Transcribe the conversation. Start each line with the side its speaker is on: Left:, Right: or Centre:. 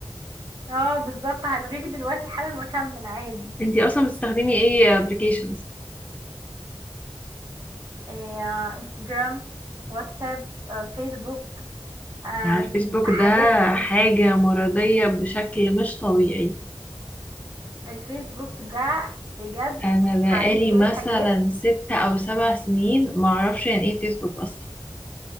Right: اه بالظبط هلغيك دلوقتي حالا وأكمل عادي
Left: انتي اصلا بتستخدمي ايه ابلكيشنز
Right: إيه، آه، انستجرام واتساب آه، فيسبوك آه،
Left: على الفيسبوك
Right: حاجات
Left: ده حاجه مرضيه بشكل مش طبيعي
Right: الفيسبوك ده بجد
Left: انا بقالي
Right: عليه شوية
Left: مثلا
Right: حاجات
Left: ست او سبع سنين ما اعرفش يعني ايه فيسبوك اصلا